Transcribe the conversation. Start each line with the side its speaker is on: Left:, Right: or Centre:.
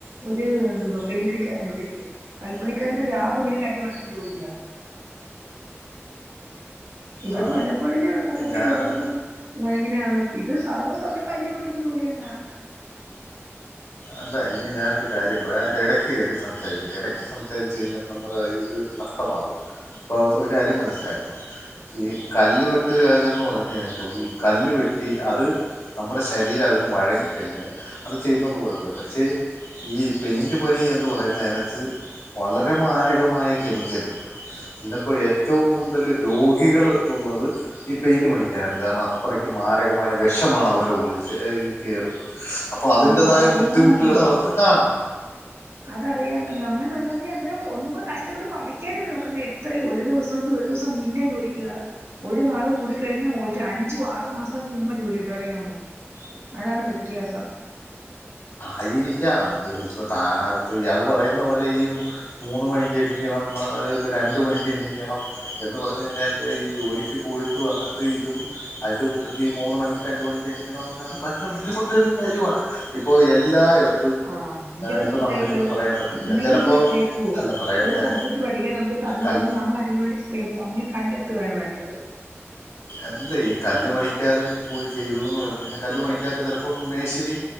Right: ഒരു എന്തുവാ പേൻ്റടിക്കാരൻ എവിടെ ഇരിക്കുന്നു കല്പ്പണിക്കാരന്റെ രാ പകൽ കല്ലുവേട്ടുന്ന ജോലിയാ ഇവർക്ക്
Left: ആ
Right: വല്ലപ്പോഴല്ലെയൊള്ളു പൊക്കത്
Left: ഞാൻ
Right: കയറുന്നതും ഇങ്ങനെയ ഉള്ളത് ഇത് സർവ്വ സമയം കല്ല് വെട്ടുന്ന ജോലി തന്നെയ
Left: അല്ല ഇനി ഞാനൊരു കാര്യം പറയാം അതിൻ്റെ ഇടയ്ക്ക് കയറി സംസാരിക്കല്ലെ ഇടയ്ക്ക് സംസാരിച് കഴിഞ്ഞാൽ നമ്മൾ ഇത് നഷ്ടം ഒക്കെ മാറും അപ്പോൾ ഒരു കാര്യം മനസ്സിലാക്കണം ഈ കല്ല് വെട്ടുകാരന്ന് പറഞുകയിഞാൽ ഈ കല്ല് വെട്ടി അത് നമ്മുടെ ശരീരം അതിന് വഴങ്ങിക്കഴിഞ്ഞാൽ അത് ചെയ്യുന്ന കൊണ്ട് കുഴപ്പും ഇല്ല പക്ഷേ ഈ പെയിൻറ് പണി എന്ന് പറയുന്ന അതിനത്ത് വളരെ മാരകമായ കെമിക്കലിടു ഇന്ന ഇപ്പോൾ ഏറ്റവും കൂടുതൽ രോഗികൾ ഉള്ളത് ഈ പെയിൻറ് പണിക്കാരാണ് കാരണം അ അത്രക്ക് മാരകമായ വെഷമാണ് അവരുടെ ഉള്ളിൽ കേ, കേറുന്നത് അപ്പോ അതിന്റെതായ
Right: ആ അതറിയാമല്ലോ
Left: ബുദ്ധിമു ക്കെകാണും.
Right: അതറിയാമല്ലോ അങ്ങനഉള്ളവര് അന്തേരം ഒന്നുംകൂട കഷ്ടപ്പെട്ട് പഠിക്കാനും നോക്കണ്ടെ എത്രയും ഒരു ദെവസ <unintelligible> ഒരു ദെവസം മുന്നേ ജോലിക്ക് കേറാ ഒരു മാറവ് കൂടി കഴിഞ്ഞാ ഒര് അഞ്ചു ആറ് മാസം മുമ്പ് ജോലി കിട്ടു അറിയാമോ. അതാണ് വ്യത്യാസം.
Left: ആയിരിക്കാം ഇപ്പൊ താ ഇപ്പൊ ഇയാള് പറയുന്ന പോലെ ഈയും മൂന്ന് മണിക്ക് എണിക്കണം ന തില് രണ്ട് മണിക്ക് എണിക്കണം എന്ന് പറഞ്ഞു കഴിഞ്ഞാൽ ഈ ജോലിക്ക് പോയിട്ട് വന്നിട്ട് ഇതും അയിൻ്റെ കൂട്ടത്തി ഈ മൂന്ന് മണി, രണ്ട് മണി ജനിക്കണം പറഞ്ഞ അത് ഭയങ്കര ബുദ്ധിമുട്ടേ ഒരു കാര്യണ് ഇപ്പോ എല്ലായിടത്തും
Right: ആഹ് അത്
Left: ഇപ്പോൾ
Right: വിട്ടേക്ക്
Left: നമുക്ക് ചെന്ന് പറയാൻ പറ്റത്തില്ല
Right: എന്നങ്കി
Left: ചിലപ്പോൾ
Right: അത് വിട്ടേക്കോ
Left: അല്ല പറയട്ടെ
Right: ഒരു സബ്ജക്ട് പഠിക്കാൻ നമുക്ക് സമയം
Left: കൽ
Right: ഇല്ലെങ്കിൽ നമ്മൾ അതിനവേണ്ടി സ്പെ സമയം കണ്ടെത്തുകയാണ് വേണ്ടത്
Left: അല്ല ഈ കല്ല് പണിക്കാരൻ പോയി ചെയ്തുന്ന് പറഞ്ഞു കഴിഞ്ഞാൽ കല്ല് പണിക്കാരന്റെ ചിലപ്പം മേശ്ശിരി